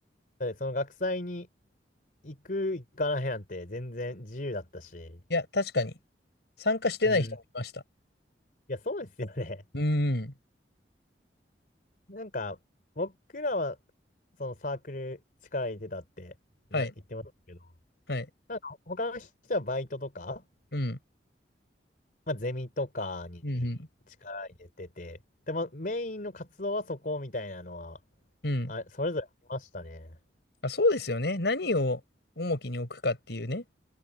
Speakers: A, on the left (about 50°); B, on the left (about 70°).
A: だってその学祭に行く、行かないなんて全然自由だったし、
B: いや、確かに。参加してない人もいました。
A: うん。いや、そうですよね。
B: うん。
A: <laughs> なんか、僕らは、そのサークル力入れてたってな、
B: はい、
A: 言ってましたけど、
B: はい。
A: なんか他の人はバイトとか、
B: うん、
A: まあ、ゼミとかに力入れてて、
B: うん、うん。
A: でもメインの活動はそこみたいなのは、
B: うん
A: あ、それぞれありましたね。
B: あ、そうですよね。何を重きに置くかっていうね。